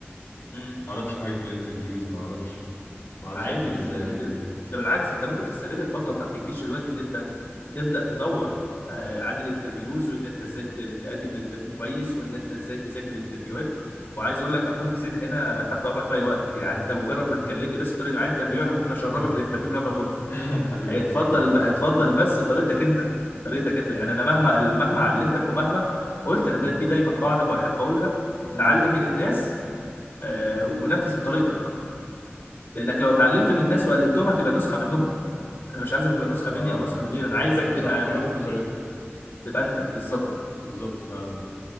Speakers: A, on the left; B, on the left.
A: مم.
B: معرفش حاجة في الانترفيوز معرفش معرفش
A: عادي
B: ابتدي
A: ت-
B: ازاي
A: ت- ده بالعكس انت ممكن تستغل الفتره بتاعت الجيش دلوقتي ان انت تبدا تدور آه، عن الانترفيوز وان انت ازاي ت- تأدي في الانترفيو كويس وان انت ازاي تذاكر الانترفيوهات وعايز اقول لك اخوك زين هنا تحت امرك في اي وقت يعني انت مجرد ما تكلمني بس تقول لي معايا انترفيو انا ممكن اشربك
B: <laughs>
A: الانترفيو من قبل ما تدخل
B: <laughs> حبيبي
A: هيتفضل
B: يا زين والله
A: هيتفضل بس طريقتك انت طريقتك انت يعني انا مهما مهما علمتك ومهما قلت انا
B: <laughs>
A: ده في دايما قاعده بحب اقولها
B: امم
A: تعلم من الناس آه، ونفذ بطريقتك لانك لو اتعلمت من الناس وقلدتهم هتبقى نسخه منهم انا مش عايزك تبقى نسخه
B: اه
A: مني او نسخه من غيري انا عايزك
B: لا
A: تبقى
B: صح كل واحد بطريقته
A: تبقى انت بالظبط
B: بالظبط فعلا